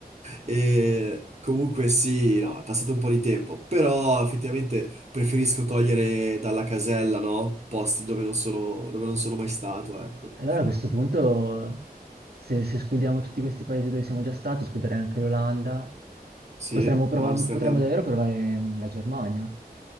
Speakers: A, on the right (about 45°); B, on the right (about 75°).
A: E comunque sì, no, è passato un po' di tempo, però effettivamente preferisco togliere dalla casella, no? Posti dove non sono, dove non sono mai stato, ecco.
B: Allora a questo punto, se, se escludiamo tutti questi paesi dove siamo già stati, escluderei anche l'Olanda,
A: Sì,
B: potremmo, prova-
A: Amsterdam.
B: potremmo davvero provare la Germania.